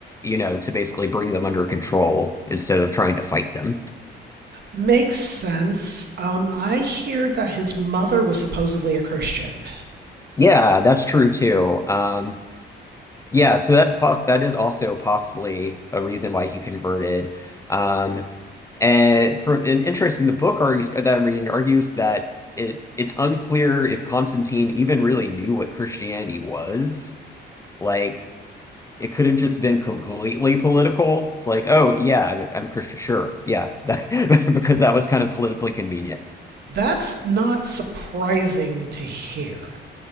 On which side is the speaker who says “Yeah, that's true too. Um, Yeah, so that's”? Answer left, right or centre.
Left